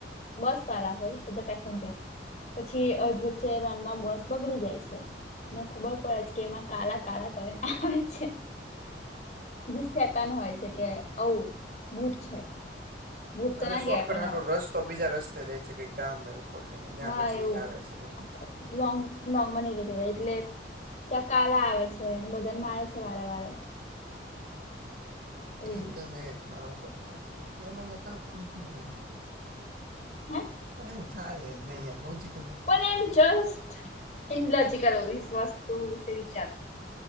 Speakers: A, on the left; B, on the right.
A: બસ વાળા હોય બધા પેસેન્જર. પછી અધ વચ્ચે રણમાં બસ બગડી જાય છે. ને ખબર પડે છે કે એમાં કાલા કાળા કરીને આવે છે. જે શેતન હોય છે કે આવુ ભૂત છે. ભૂત તો
B: અને
A: ના
B: શોર્ટકટ
A: કહેવાય પણ
B: હાટો
A: આવું
B: રસ. તો બીજા રસ્તે લે છે કે ગામ એ ઉપડ છેને જ્યાં
A: હા
B: પછી
A: એવું
B: આવે છે એવું
A: આખું
B: ક
A: લોંગ લોંગ માં નહ લીધે એટલે ત્યાં કાળા આવે છે અને બધાને મારે છે વારે વારે. એવું
B: એક એક ગમે મારા ઉપર કરયા કરૅ. <unintelligible>
A: હે
B: પણ એવું થાય નહીં યાર લોજીક
A: પણ એમ જસ્ટ ઇલોજીકલ વસ્તુ વિશે વિચારો.